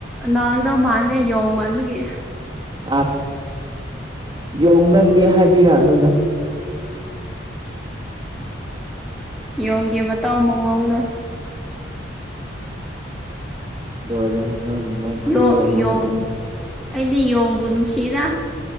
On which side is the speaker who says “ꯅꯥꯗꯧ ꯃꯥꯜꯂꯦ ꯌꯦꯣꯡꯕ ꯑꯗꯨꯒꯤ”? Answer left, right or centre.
Centre